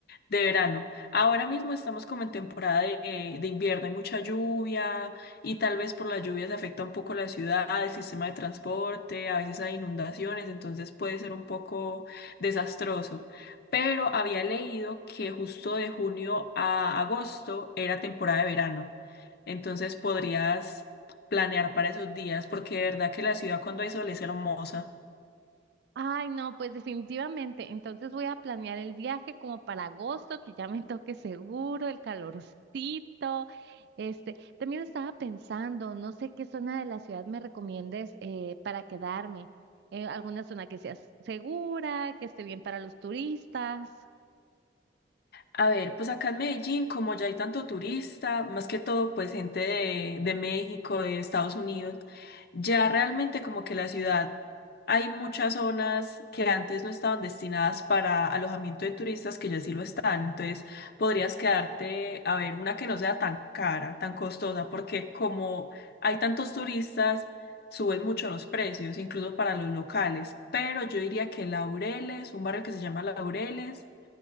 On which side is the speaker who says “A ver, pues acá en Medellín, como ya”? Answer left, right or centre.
Left